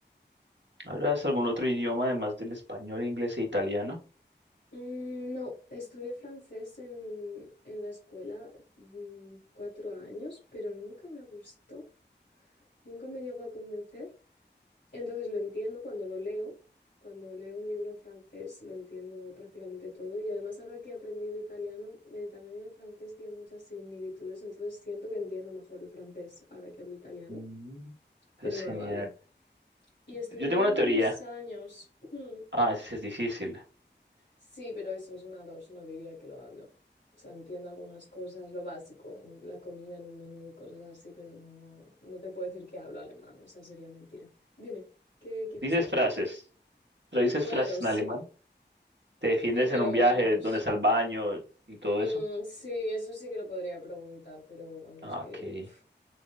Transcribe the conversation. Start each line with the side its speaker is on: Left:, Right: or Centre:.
Right: ¿Hablas algún otro idioma además del español, inglés e italiano?
Left: Mm, No, estudié francés en, en la escuela mm, cuatro años, pero nunca me gustó, nunca me llegó a convencer. Entonces lo entiendo cuando lo leo, cuando leo un libro en francés lo entiendo prácticamente todo y además ahora que he aprendido italiano, el italiano y el francés tienen muchas similitudes, entonces siento que entiendo mejor el francés ahora que hablo italiano,
Right: Mm, Eso
Left: pero
Right: es
Left: no
Right: genial.
Left: lo hablo. Y estudié
Right: Yo tengo
Left: alemán
Right: una teoría.
Left: dos años. Mm.
Right: Ah, es, es difícil.
Left: Sí, pero eso es una dos, no diría que lo hablo. O sea, entiendo algunas cosas, lo básico, un- la comida en un menú y cosas así, pero no, no te puedo decir que hablo alemán, o sea, sería mentira. Dime, ¿qué, qué
Right: Dices
Left: ibas a decir?
Right: frases. Pero dices
Left: Claro,
Right: frases
Left: sí.
Right: en alemán. Te defiendes
Left: Sí, pero
Right: en un viaje,
Left: vamos.
Right: dónde está el baño y todo
Left: Mm,
Right: eso.
Left: sí, eso sí que lo podría preguntar, pero vamos
Right: Ah,
Left: que
Right: ok.
Left: pf,